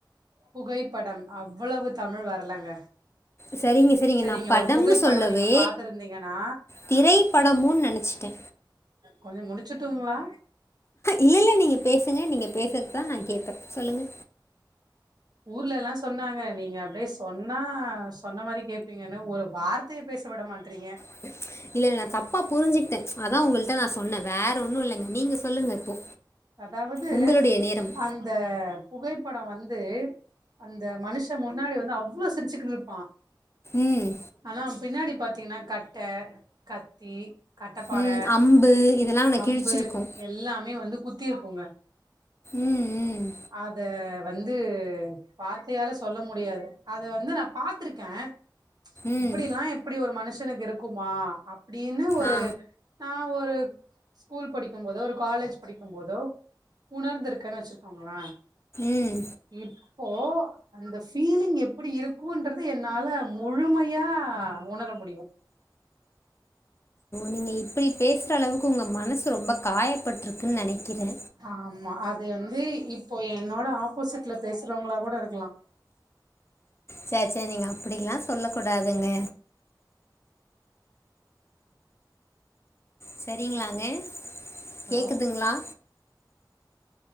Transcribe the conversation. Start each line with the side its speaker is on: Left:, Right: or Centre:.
Right: புகைப்படம் அவ்வளவு தமிழ் வரலங்க
Left: செரிங்க சீரிங்க
Right: சரிங்க
Left: நா படம்னு
Right: ஒரு புகைப்படம்
Left: சொல்லவே
Right: நீங்க பாத்துருந்தீங்கன்னா
Left: திரைப்படமோன் நெனச்சிட்டே
Right: கொஞ்சோ முடிச்சுட்டுங்ளா
Left: இல்ல இல்ல நீங்க பேசுங்க நீங்க பேசற் தா நா கேப்பே சொல்லுங்க
Right: ஊர்லலா சொன்னாங்க நீங்க அப்டே சொன்னா சொன்ன மாரி கேப்பீங்கன்னு ஒரு வார்த்தையை பேச விட மாட்றீங்க
Left: ச்ச் இல்ல இல்ல நா தப்பா புரிஞ்சுகிட்ட ச்ச் அதா உங்கள்ட்ட நா சொன்ன வேற ஒன்னு இல்லைங்க நீங்க சொல்லுங்க இப்போ
Right: அதாவது
Left: உங்களுடைய நேரம்
Right: அந்த புகைப்படோ வந் து அந்த மனுஷ முன்னாடி வந்து அவ்ளோ சிரிச்சுக்கிட்ருப்பா
Left: ம்
Right: ஆனா பின்னாடி பாத்தீங்ன்னா கட்ட கத்தி கட்டப்பாற
Left: ம் அம்பு இதெல்லா உன்ன
Right: அம்பு
Left: கிழிச்சிருக்கு
Right: எல்லா மே வந்து குத்தி இருக்கோங்க.
Left: ம் ம்
Right: அத வந்து வார்த்தையால சொல்ல முடியாது. அத வந்து நா பாத்துருக்கே ச்ச்
Left: ம்
Right: இப்படில்லா எப்படி ஒரு மனு ஸ்னக்கு இருக்குமா. அப்டின்னு ஒரு
Left: ஆ
Right: ந ஒரு ஸ்கூல் படிக்கும் போதோ ஒரு காலேஜ் படிக்கும் போதோ உணர்ந்த இருக்குன்னு வெச்சிருக்கோங்கள.
Left: ம்
Right: இ இப்போ அந்த ஃபீலிங் எப்படி இருக்கும்ன்றது என்னால முழுமையா உணர முடியும்.
Left: நீங்க இப்படி பேசுற அளவுக்கு உங்க மனசு ரொம்ப காயப்பிருக்குன்னு நெனைக்கிறேன்.
Right: ஆமா அது வந்து இப்போ என்னோட ஆப்போசிட்ல பேசுறவங்களா கூட இருக்கலாம்.
Left: சரி சரி நீங்க அப்படிலாம் சொல்ல கூடாதுங்க. சரிங்களாங்க.
Right: ஹலோ
Left: கேக்குதுங்களா